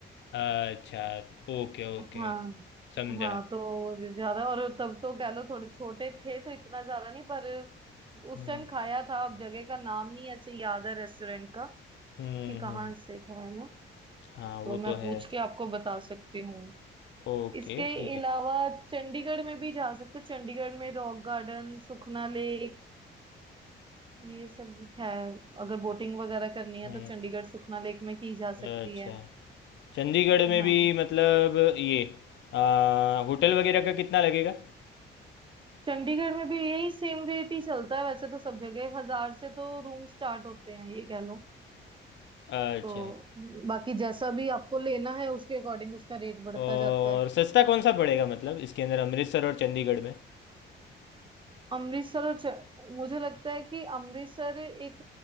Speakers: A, on the left; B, on the right.
A: अच्छा Okay okay
B: हाँ
A: समझा
B: हाँ तो ज्यादा और तब तो कह लो थोड़े छोटे थे तो इतना ज्यादा नहीं पर उस
A: हम्म
B: टाइम खाया था अब जगह का नाम नहीं ऐसे याद है रेस्टोरेंट का
A: हम्म
B: कि कहाँ
A: हम्म,
B: से खाया ना
A: हाँ वो
B: तो मैं
A: तो
B: पूछ
A: है
B: के आपको बता सकती हूँ
A: ओके
B: इसके
A: ठीक है
B: अलावा चंडीगढ़ में भी जा सकते हो चंडीगढ़ में रॉक गार्डन सुखना लेक ये सब है अगर बोटिंग वगैरह करनी है
A: हम्म
B: तो चंडीगढ़ सुखना लेक में की जा सकती
A: अच्छा
B: है
A: चंडीगढ़ में
B: हाँ
A: भी मतलब ये अ, होटल वगैरह का कितना लगेगा
B: चंडीगढ़ में भी यही सेम रेट ही चलता है वैसे तो सब जगह हजार से तो रूम स्टार्ट होते हैं ये कह लो
A: अच्छा
B: तो बाकी जैसा भी आपको लेना है उसके अकॉर्डिंग उसका रेट बढ़ता
A: और
B: जाता है
A: सस्ता कौन सा पड़ेगा मतलब इसके अंदर अमृतसर और चंडीगढ़
B: अमृतसर और च- मुझे लगता है कि अमृतसर एक